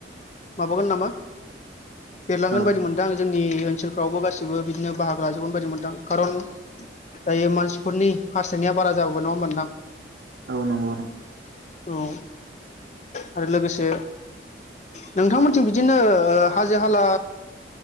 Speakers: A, on the left (about 40°); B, on the right (about 70°).
A: माबागोन नामा देरलांगोन
B: ओं
A: बायदि मोनदों आं जों जोंनि ओनसोलफ्रावबो गासिबो बिदिनो बाहागो लाजोबगोन बायदि मोनदां खारन दायो मानसिफोरनि हासथायनाया बारा जाबोबाय नङा होनबा नोंथां
B: औ नं
A: औ आरो लोगोसे नोंथांमोनथिं बिदिनो ओ हाजो हाला